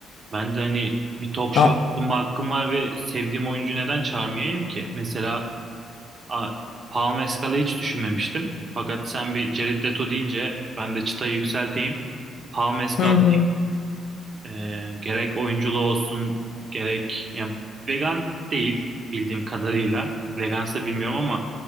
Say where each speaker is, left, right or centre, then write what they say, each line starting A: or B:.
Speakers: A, on the right (about 45°); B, on the left (about 70°).
A: ben de hani bir talk
B: Ha.
A: show sunma hakkım var ve sevdiğim oyuncu neden çağırmayayım ki? Mesela a, Paul Mescal'ı hiç düşünmemiştim. Fakat sen bir Jared Leto deyince ben de çıtayı yükselteyim. Paul Mescal
B: Hı hı.
A: e, gerek oyunculuğu olsun gerek yani vegan değil bildiğim kadarıyla. Vegansa bilmiyorum ama